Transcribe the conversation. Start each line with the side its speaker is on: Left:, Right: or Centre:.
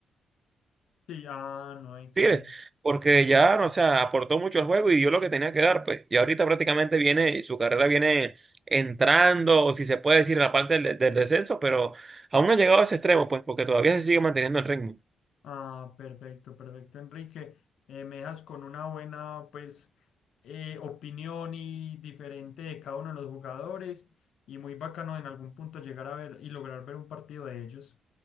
Left: Sí, ah, no, excelente.
Right: tiene, porque ya, no, o sea, aportó mucho al juego y dio lo que tenía que dar, pues. Y ahorita prácticamente viene, su carrera viene entrando, o si se puede decir, en la parte del, del descenso, pero aún no ha llegado a ese extremo, pues, porque todavía se sigue manteniendo el ritmo.
Left: Ah, perfecto, perfecto, Enrique. Eh, me dejas con una buena, pues, eh, opinión y diferente de cada uno de los jugadores y muy bacano en algún punto llegar a ver y lograr ver un partido de ellos.